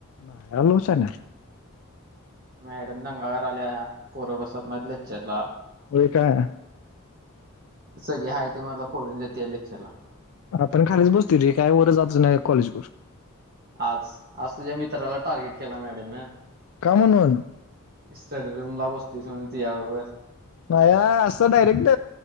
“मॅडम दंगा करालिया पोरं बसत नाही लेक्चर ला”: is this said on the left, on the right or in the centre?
Right